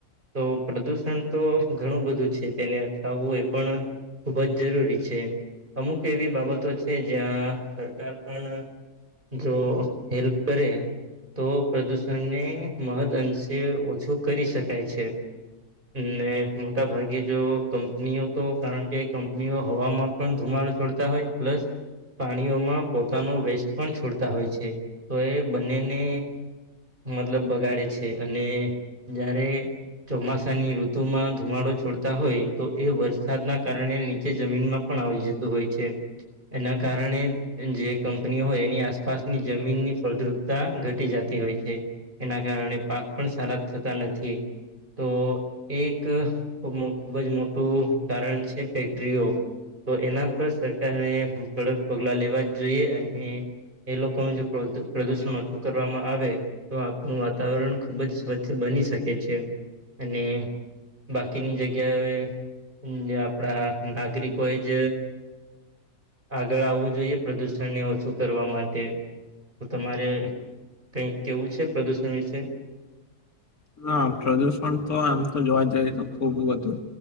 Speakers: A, on the right (about 30°); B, on the left (about 65°).
A: તો પ્રદુષણ તો ઘણું બધું છે તેને અટકાવવું એ પણ ખૂબ જ જરૂરી છે, અમુક એવી બાબતો છે જ્યાં સરકાર પણ જો હેલ્પ કરે, તો પ્રદૂષણને મહદઅંશે ઓછું કરી શકાય છે. ને મોટાભાગે જો કંપનીઓ તો કારણ કે કંપનીઓ હવામાં પણ ધુમાડો છોડતા હોય પ્લસ પાણીઓમાં પોતાનો વેસ્ટ પણ છોડતા હોય છે, તો એ બંનેને મતલબ બગાડે છે અને જ્યારે ચોમાસાની ઋતુમાં ધુમાડો છોડતા હોય તો એ વરસાદના કારણે કે જમીનમાં પણ આવી જતું હોય છે, એના કારણે જે કંપનીઓ હોય એની આસપ પાસની જમીનની ફળદ્રુપતા ઘટી જતી હોય છે, એના કારણે પાક પણ સારા થતા નથી. તો એક ખૂબ જ મોટું કારણ છે ફેક્ટરીઓ તો એના પર સરકારને કડક પગલા લેવા જ જોઈએ અને એ લોકોનું જો પ્રદુષણ ઓછું કરવામાં આવે તો આપણું વાતાવરણ ખુબ જ વચ્ચે બની શકે છે, અને બાકીની જગ્યાએ આપણા નાગરિકો એ જ આગળ આવવું જોઈએ પ્રદૂષણને ઓછું કરવા માટે. તો તમારે કઈક કેવું છે પ્રદૂષણ વિશે?
B: હ પ્રદુષણ તો આમ તો જોવા જઈએ તો ખૂબ વધું